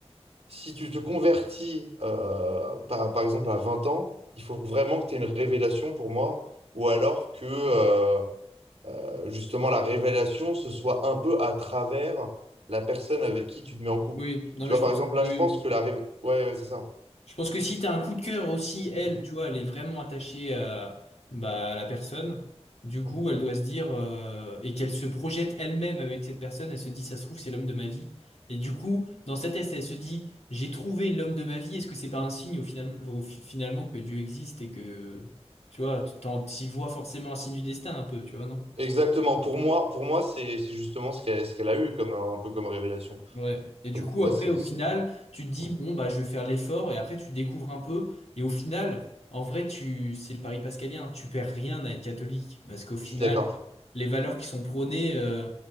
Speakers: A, on the right; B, on the left.
A: si tu te convertis, euh, par, par exemple, à 20 ans, il faut vraiment que tu aies une révélation pour moi, ou alors que. euh, euh, justement la révélation, ce soit un peu à travers la personne avec qui tu te mets en couple.
B: Oui, non,
A: Tu
B: mais
A: vois,
B: je
A: par
B: pense
A: exemple,
B: que oui.
A: là, je pense que
B: oui.
A: la révélation... Ouais, ouais, c'est ça.
B: Je pense que si t'as un coup de cœur aussi, elle,
A: Mm,
B: tu vois, elle est vraiment attachée à, bah, à la personne. Du coup,
A: mm.
B: elle doit se dire, euh, et qu'elle se projette elle-même avec cette personne, elle se dit, ça se trouve, c'est l'homme de ma vie. Et du coup, dans sa tête, elle se dit, j'ai trouvé l'homme de ma vie, est-ce que c'est pas un signe au final, au fi- finalement que Dieu existe et que, tu vois, tu t'en- t'y vois forcément un signe du destin un peu, tu vois, non?
A: Exactement. Pour moi, pour moi c'est c'est justement ce qu'elle ce qu'elle a eu, comme un, un peu comme révélation.
B: Ouais. Et du
A: Donc,
B: coup,
A: ouais,
B: après,
A: c'est...
B: au
A: c'est-
B: final, tu te dis,
A: mm.
B: bon, bah, je vais faire l'effort, et après, tu découvres un peu. Et au final, en vrai, tu, c'est le pari pascalien, tu perds rien à être catholique. Parce qu'au final,
A: Je suis d'accord.
B: les valeurs qui sont prônées, euh,